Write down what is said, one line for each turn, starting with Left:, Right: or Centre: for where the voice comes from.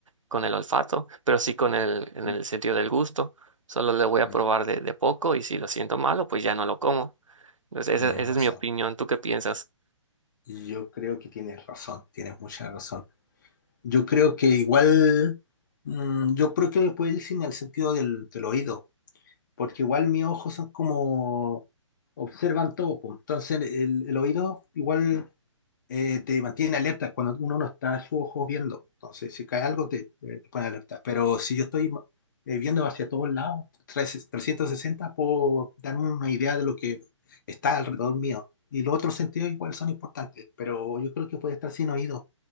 Right: con el olfato, pero sí con el, en
Left: Mm,
Right: el sentido del gusto. Solo le voy
Left: Tienes,
Right: a probar de, de poco y si lo siento malo, pues ya no lo como. Entonces,
Left: tienes
Right: esa, esa
Left: razón.
Right: es mi opinión. ¿Tú qué piensas?
Left: Yo creo que tienes razón, tienes mucha razón. Yo creo que igual, mm, yo creo que le puedes decir en el sentido del, del oído. porque igual mis ojos son como observan todo, pues. Entonces el, el oído igual eh, te mantiene alerta cuando uno no está su ojo viendo. Entonces si cae algo te, te- te pone alerta. Pero si yo estoy eh, viendo hacia todos lados, tres- 360, puedo darme una idea de lo que está alrededor mío. Y los otros sentidos igual son importantes, pero yo creo que puede estar sin oído.